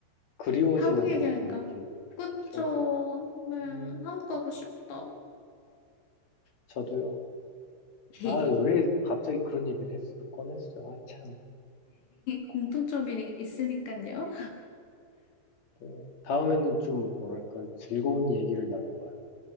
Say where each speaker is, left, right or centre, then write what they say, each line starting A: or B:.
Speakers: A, on the left (about 45°); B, on the left (about 65°).
A: 그리워지는
B: 한국
A: 것
B: 얘기하니까.
A: 같은 느낌.
B: 그쵸.
A: 그쵸?
B: 네, 한국
A: 음,
B: 가고 싶다.
A: 저도요.
B: <laughs>
A: 아, 왜 갑자기 그런 얘기를 했어? 꺼냈어. 아, 참.
B: 공통점이 있으니까요.
A: 네. 다음에는 좀, 뭐랄까, 즐거운 얘기를 나눠봐요.